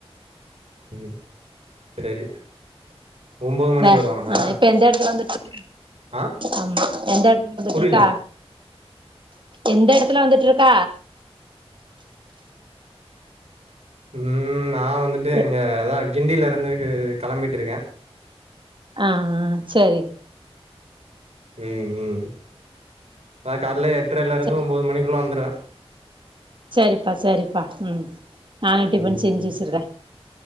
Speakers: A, on the right (about 80°); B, on the right (about 50°).
A: ம் <inaudible> ஒம்போது மணிக்கு
B: வெ
A: வருவாங்களா
B: அ இப்ப எந்த எடத்துல வந்துட்டு
A: ஆ
B: ஆமா எந்த எடத்துல வந்துட்ருக்க
A: புரில
B: எந்த எடத்துல வந்துட்ருக்க
A: ம் நா வந்துட்டு இங்க
B: எ
A: அதா கிண்டிலருந்து கு கெளம்பிட்ருகே
B: ஆஹ செரி
A: ம் ம் அ கால்ல எட்ரைலிருந்து
B: சே
A: ஒம்போது மணிக்குள்ள வந்த றே
B: செரிப்பா செரிப்பா ம் நானே டிஃபன்
A: ம்
B: செஞ்சு வெச்சிடுதே